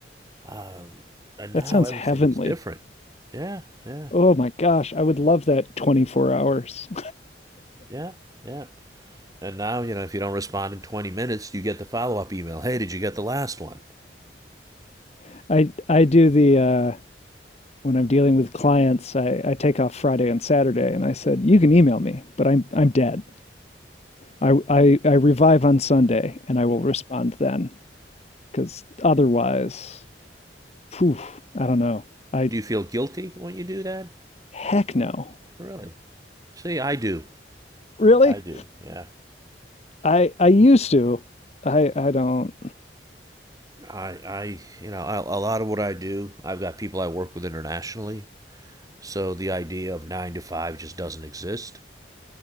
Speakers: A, on the right; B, on the left.
A: Um, and now
B: sounds
A: everything
B: heavenly.
A: is different. Yeah, yeah,
B: Oh my gosh, I would love that 24 hours.
A: yeah, yeah. And now, you know, if you don't respond in 20 minutes, you get the follow up email. Hey, did you get the last one?
B: <laughs> I I do the uh when I'm dealing with clients, I, I take off Friday and Saturday and I said, you can email me, but I'm I'm dead. I I, I revive on Sunday and I will respond then. Cause otherwise, phew, I don't know. I
A: Do you feel guilty when you do that?
B: heck no.
A: Really? See, I do.
B: Really?
A: I do. Yeah.
B: I I used to. I I don't
A: I, I, you know, I, a lot of what I do, I've got people I work with internationally, so the idea of nine to five just doesn't exist.